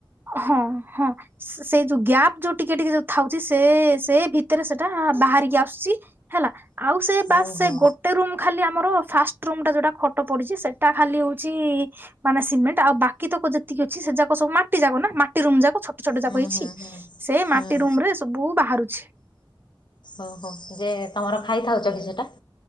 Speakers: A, on the right (about 25°); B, on the left (about 65°).
A: ହଁ ହଁ ସେ ସେ ଯୋଉ ଗ୍ୟାପ୍ ଯୋଉ ଟିକେ ଟିକେ ଯୋଉ ଥାଉଛି ସେ। ସେ ଭିତରେ ସେଇଟା ବାହାରିକି ଆସୁଛି ହେଲା ଆଉ ସେ ବାସ୍
B: ଓହୋ
A: ସେ ଗୋ ଗୋଟେ ରୁମ୍ ଖାଲି ଆମର ଫାଷ୍ଟ ରୁମ୍ଟା ଯୋଉ ଟା ଖଟ ପଡ଼ିଛି ସେଟା ଖାଲି ହଉଛି। ମାନେ ସିମେଣ୍ଟ ଆଉ ବାକି ତକ ଯେତିକି ଅଛି ସେ ଯା କ ସବୁ ମାଟି ଯାକ ନା ମାଟି ରୁମ ଯାକ ଛୋ ଟ ଛୋଟ
B: ହୁଁ
A: ଯାକ ହେଇଛି
B: ହୁଁ ହୁଁ।
A: ସେ ମାଟି
B: ହୁଁ
A: ରୁମ ରେ ସବୁ ବାହାରୁଛି।
B: ଓ ହୋ ଯେ ତମର ଖାଇ ଥାଉଛ କି ସେଟା।